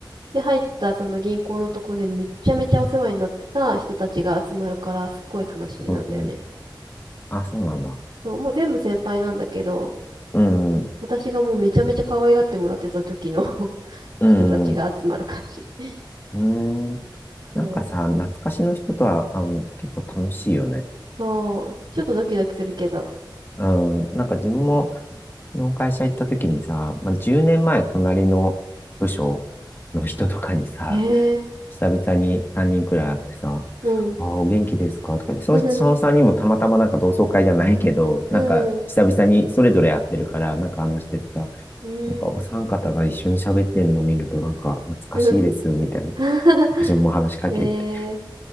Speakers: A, on the right (about 90°); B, on the left (about 25°).
A: で入ったその銀行のとこでめっちゃめちゃお世話になってた人たちが集まるからすっごい楽しみなんだよね。
B: うん。あ、そうなんだ。
A: そう、もう全部先輩なんだけど、
B: うん。
A: 私がもうめちゃめちゃ可愛がってもらってた時の <laughs>
B: うん。
A: 人たちが集まる感じ。<laughs>
B: うん。
A: そう、
B: なんかさ、懐かしの人とは会うの結構楽しいよね。
A: そう、ちょっとドキドキするけど。
B: うん。なんか自分もの会社行った時にさ、まあ、10年前隣の部署の人とかにさ、
A: へえ、
B: 久々に3人くらい会ってさ、
A: うん。
B: ああ、お元気ですかとかで、その人、
A: <laughs>
B: そのさんにんもたまたまなんか同窓会じゃないけど、
A: うん、
B: なんか久々にそれぞれ会ってるから、なんか話しててさ、
A: うん、
B: なんかお三方が一緒に喋ってんのを見ると、なんか懐かしいです、
A: <laughs> うん。
B: みたいな。
A: <laughs>
B: 昔も話しかけて
A: へえ、